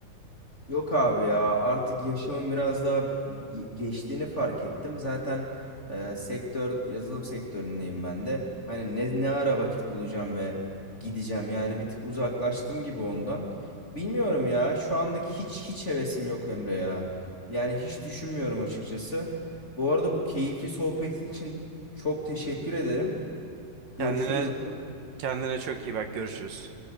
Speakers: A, on the left; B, on the right.
A: Yok abi ya artık yaşımın biraz daha ge- geçtiğini fark ettim. Zaten e, sektör yazılım sektöründeyim ben de. Hani ne ne ara vakit bulacağım ve gideceğim. Yani bir tık uzaklaştım gibi ondan. Bilmiyorum ya şu anlık hiç hiç hevesim yok Emre ya. Yani hiç düşünmüyorum açıkçası. Bu arada bu keyifli sohbetin için çok teşekkür ederim. Görüşürüz
B: Kendine kendine çok iyi bak görüşürüz.